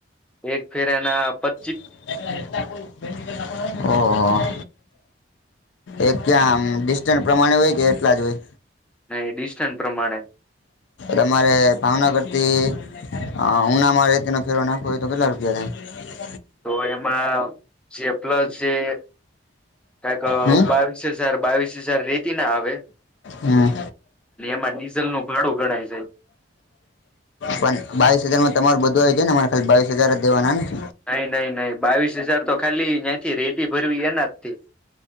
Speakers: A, in the centre; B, on the left (about 70°).
A: એક ફેર એના પ-
B: <inaudible> ઓહ. એ ક્યાંમ ડિસ્ટન્સ પ્રમાણે હોય કે એટલા જ હોય?
A: ને ડિસ્ટન્સ પ્રમાણે
B: તમારે ભાવના કરતી- - હ ઉનામાં રેતીનો ફેરો નાખવો હોય તો કેટલા રૂપિયા થાય?
A: તો એમાં જે પ્લસ જે- - કક
B: હમ
A: બાવીસ હજાર બાવીસ હજાર રેતી ના આવે- -
B: હમ.
A: એમાં ડીઝલ નું ભાડું ગણાય
B: પણ બાવીસ હજાર માં તમારું બધું- - ને તમારે ખાલી બાવસ હજાર દેવાનાને?
A: નઈ નઈ નઈ બાવીસ હજાર તો ખાલી ત્યાંથી રેતી ભરવી એના જ.